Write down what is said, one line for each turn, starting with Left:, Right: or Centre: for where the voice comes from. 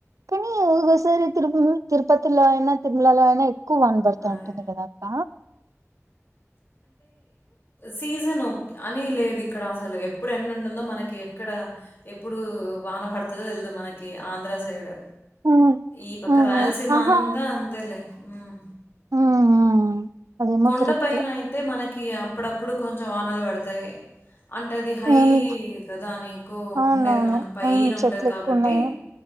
Right: కానీ ఒ ఒకసారి తిరు తిరుపతిలో అయినా తిరుమలలో అయిన ఎక్కువ వాన పడుతా
Left: అదే
Right: ఉంటుంది కదా అక్క
Left: సీజన్ అని లేదు ఇక్కడ అసలు ఎప్పుడు ఎండు ఉంటుందో మనకి ఎక్కడ ఎప్పుడు వాన పడుతదో తేలిదు మనకి ఆంధ్ర సైడ్
Right: ఉమ్
Left: ఈ పక్క
Right: ఉహు
Left: రాయలసీమ
Right: ఆహా
Left: అంతా అంతేలే హమ్
Right: ఉమ్ అదేమో
Left: కొండ
Right: కరెక్టే
Left: పైన అయితే మనకి ఇక అప్పుడప్పుడు కొంచెం వానలు పడతాయి అంటే అది హై
Right: నేను
Left: కదా అని ఇంకు
Right: అవునవును
Left: ఉండేది మనకు పైన
Right: ఉమ్
Left: ఉంటుంది
Right: చెట్లు
Left: కాబట్టి
Right: ఎక్కువ ఉన్నాయి